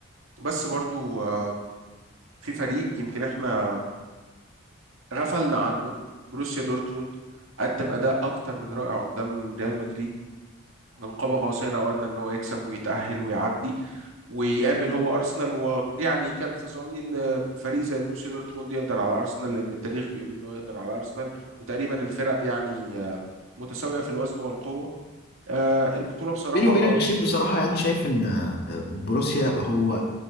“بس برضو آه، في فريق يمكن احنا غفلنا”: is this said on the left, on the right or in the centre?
Right